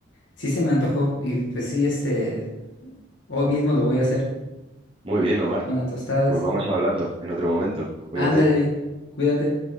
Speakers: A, on the left (about 75°); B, on the right (about 30°).
A: sí se me antojó y pues sí, este, hoy mismo lo voy a hacer.
B: Muy bien, Omar.
A: Unas tostadas.
B: Pues vamos hablando en otro momento. Cuídate.
A: Ándale, cuídate.